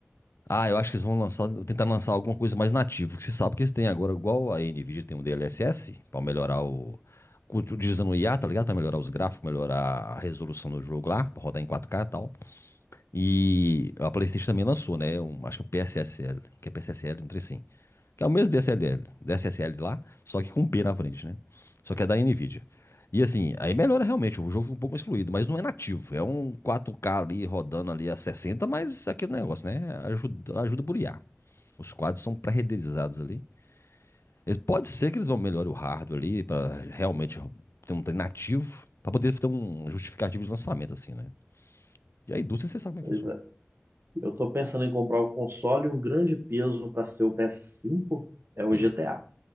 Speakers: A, on the left; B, on the right.
A: Ah, eu acho que eles vão lançar, tentar lançar alguma coisa mais nativa, que você sabe que eles têm agora, igual a Nvidia tem um DLSS, pra melhorar o. Utilizando o IA, tá ligado? Pra melhorar os gráficos, melhorar a resolução do jogo lá, pra rodar em quatro k e tal. E a PlayStation também lançou, né? Um, acho que é o PSSL, que é PSSL, não sei assim. Que é o mesmo DSLL, DSSL lá, só que com P na frente, né? Só que é da Nvidia. E assim, aí melhora realmente, o jogo fica um pouco mais fluido, mas não é nativo. É um 4K ali rodando ali a 60, mas aquele negócio, né? Ajuda, ajuda por IA. Os quadros são pré-renderizados ali. Eles- Pode ser que eles vão melhorar o hardware ali para realmente ter um trem nativo, para poder ter um justificativo de lançamento, assim, né? E a indústria, você sabe como é
B: Pois
A: que funciona.
B: Eu tô pensando em comprar um console e um grande peso para ser o PS5 é o
A: Hum,
B: GTA,